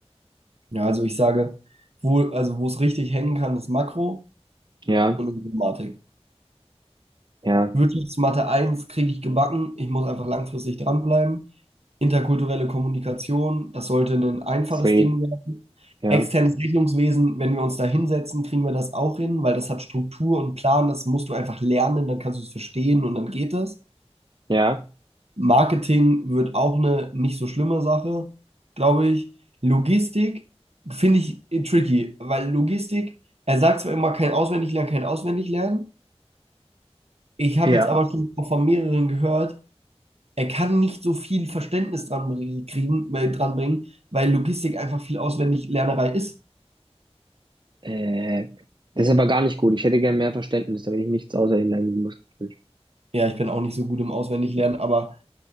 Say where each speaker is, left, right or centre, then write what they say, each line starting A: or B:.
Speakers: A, on the right (about 70°); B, on the right (about 45°).
A: Ja, also ich sage, wo, also wo es richtig hängen kann, ist Makro
B: Ja,
A: und Informatik.
B: ja,
A: Wirtschaftsmathe eins kriege ich gebacken. Ich muss einfach langfristig dranbleiben. Interkulturelle Kommunikation, das sollte ein einfaches
B: zwei,
A: Ding werden.
B: ja,
A: Externes Rechnungswesen, wenn wir uns da hinsetzen, kriegen wir das auch hin, weil das hat Struktur und Plan, das musst du einfach lernen, dann kannst du es verstehen und dann geht es.
B: ja.
A: Marketing wird auch eine nicht so schlimme Sache, glaube ich. Logistik finde ich tricky, weil Logistik, er sagt zwar immer kein Auswendiglernen, kein Auswendiglernen. Ich habe
B: Ja,
A: jetzt aber schon von mehreren gehört, er kann nicht so viel Verständnis dran bring- kriegen, äh, dran bringen, weil Logistik einfach viel Auswendiglernerei ist.
B: Äh, das ist aber gar nicht gut. Ich hätte gern mehr Verständnis, damit ich nichts außer ihnen Lernen langen Muskeln.
A: Ja, ich bin auch nicht so gut im Auswendiglernen, aber